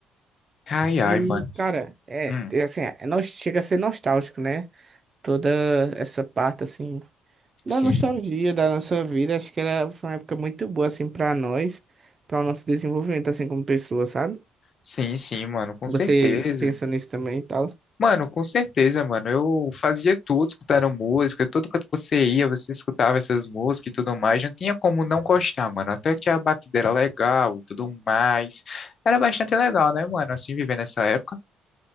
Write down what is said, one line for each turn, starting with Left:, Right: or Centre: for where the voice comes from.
Left: Ai, ai,
Right: E,
Left: mano.
Right: cara, é,
Left: Hum,
Right: é assim, é, nos- chega a ser nostálgico, né? Toda essa parte, assim, da
Left: sim,
Right: nostalgia da nossa vida, acho que era, foi uma época muito boa, assim, pra nós, para o nosso desenvolvimento, assim, como pessoa, sabe?
Left: sim, sim, mano, com
Right: Você
Left: certeza.
Right: pensa nisso também e tal.
Left: Mano, com certeza, mano. Eu fazia tudo escutando música, todo canto que você ia, você escutava essas músicas e tudo mais. Não tinha como não gostar, mano. Até que a batida era legal e tudo mais. Era bastante legal, né, mano? Assim, viver nessa época.